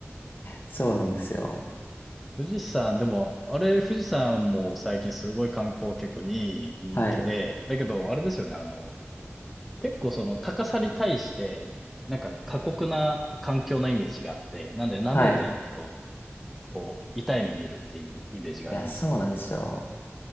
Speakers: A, on the left; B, in the centre.
A: そうなんですよ。
B: 富士山、でも、あれ、富士山も最近すごい観光客に人気で、
A: はい。
B: だけど、あれですよね、あの、結構その高さに対して、なんか過酷な環境なイメージがあって、なんで舐めていくと、
A: はい。い
B: こう、痛い目見るっていうイメージがありますね。
A: や、そうなんですよ。